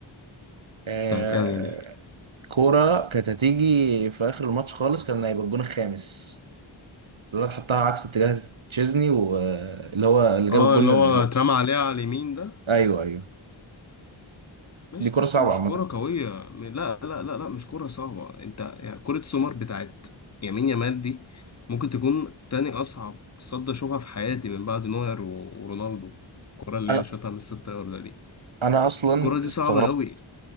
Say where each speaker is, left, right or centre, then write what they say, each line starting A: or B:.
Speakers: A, on the right; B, on the left.
A: آه...
B: بتاعت انهي دي
A: كوره كانت هتيجي في اخر الماتش خالص كان هيبقى الجون الخامس الواد حطها عكس اتجاه تشيزني واللي هو اللي جاب
B: اه
A: الجون
B: اللي
A: الرابع
B: هو اترمى عليها على اليمين ده
A: ايوه ايوه
B: ماشي
A: دي كوره
B: بس
A: صعبه
B: مش
A: عامه
B: كرة قوية م- لا لا لا لا مش كرة صعبة انت يعني كرة سومر بتاعت يمين يامال دي ممكن تكون تاني أصعب صد أشوفها في حياتي من بعد نوير و- ورونالدو الكرة اللي
A: انا
B: هي شاطها من الست ياردة دي
A: انا اصلا
B: الكرة دي
A: استغربت
B: صعبة أوي